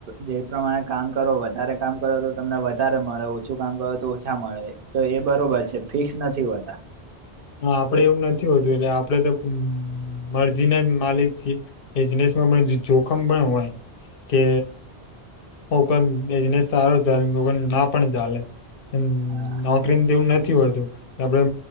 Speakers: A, on the right; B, on the left.
A: જે પ્રમાણે કામ કરો વધારે કામ કરો તો તમને વધારે મળે ઓછું કામ કર તો ઓછા મળે તો એ બરોબર છે ફિક્સ નથી હોતા
B: આપડે એવું નથી હોતું એટલે આપડે તો મરજી ના જ માલિક છીએ બિજનેસ જોખમ પણ હોય કે હ કોઈ એજને સારો ચાલે ના પણ ચાલે-' હુમ
A: હા
B: નોકરી તેવું નથી હોતું આપણે